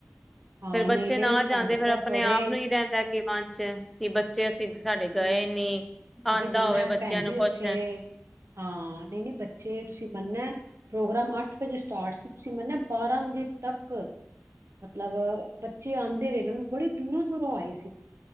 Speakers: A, on the right; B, in the centre.
A: ਹਾਂ
B: ਫੇਰ ਬੱਚੇ
A: ਨਹੀਂ ਨਹੀਂ
B: ਨਾ
A: ਤੁਹਾਨੂੰ
B: ਜਾਂਦੇ।
A: ਦੱਸਿਆ
B: ਫੇਰ ਆਪਣੇ-
A: ਬੜੇ
B: ਆਪ ਨੂੰ ਹੀ ਰਹਿੰਦਾ। ਮਨ ਚ। ਕਿ ਬੱਚੇ ਅਸੀਂ ਸਾਡੇ, ਗਏ
A: ਨਹੀਂ,
B: ਨੀ।
A: ਤੁਸੀਂ
B: ਆਂਦਾ
A: ਮੰਨਣਾ
B: ਹੋਵੇ ਬੱਚਿਆਂ
A: ਭੈਣ ਜੀ
B: ਨੂੰ
A: ਉੱਥੇ
B: ਕੁੁਛ।
A: ਹਾਂ, ਨਹੀਂ- ਨਹੀਂ, ਬੱਚੇ ਤੁਸੀਂ ਮੰਨਣਾ। ਪ੍ਰੋਗਰਾਮ, ਅੱਠ ਵਜੇ ਸਟਾਰਟ ਸੀ। ਤੁਸੀਂ ਮੰਨਿਆ ਬਾਰਾਂ ਵਜੇ ਤੱਕ ਮਤਲਬ, ਬੱਚੇ ਆਦੇ ਰਹੇ ਨੂੰ। ਬੜੇ ਦੂਰੋਂ- ਦੂਰੋਂ ਆਏ ਸੀ।